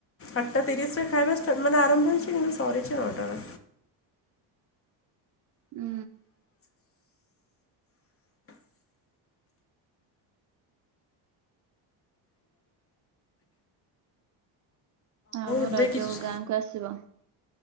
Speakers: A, on the left; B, on the right.
A: ଆଠଟା ତିରିଶି ରେ ଖାଇବା ଷ୍ଟାଟ୍ ମାନେ ଆରମ୍ଭ ହେଇଚି କିନ୍ତୁ ସରିଚି ନଅଟାରେ।
B: ଉୁଁ। ଆଉ
A: ଏବେ
B: ରଜକୁ
A: କିଛି
B: ଗାଁକୁ ଆସିବ?